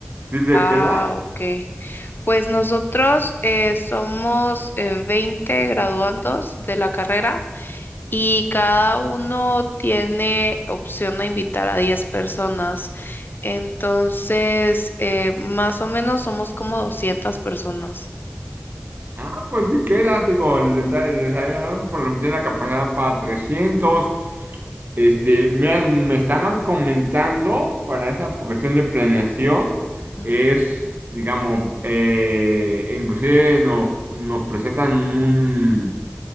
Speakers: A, on the right; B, on the left.
A: ¿sí le
B: Ah,
A: queda?
B: ok. Pues nosotros eh, somos eh, 20 graduandos de la carrera y cada uno tiene opción a invitar a 10 personas. Entonces, eh, más o menos somos como 200 personas.
A: Ah, pues sí, quédate con el detalle de Zion, por lo que tiene la capacidad para 300. Este, me han- me estaban comentando para esa cuestión de planeación,
B: Ujú,
A: es, digamos, eh, inclusive nos, nos presentan